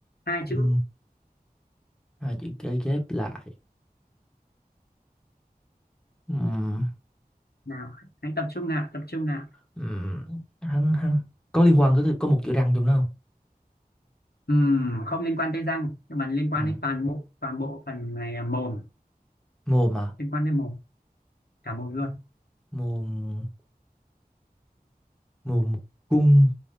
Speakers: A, on the left; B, in the centre.
A: hai
B: cung
A: chữ
B: hai chữ kế ghép lại Ừm,
A: nào. Hãy tập trung nào, tập trung nào.
B: ừm, hăng hăng có liên quan có có một chữ răng trong đó không
A: Ừm, không liên quan tới răng, nhưng mà liên quan
B: Ừm,
A: đến toàn bộ toàn bộ phần này là mồm,
B: mồm à
A: liên quan đến mồm, cả mồm luôn.
B: mồm mồm cung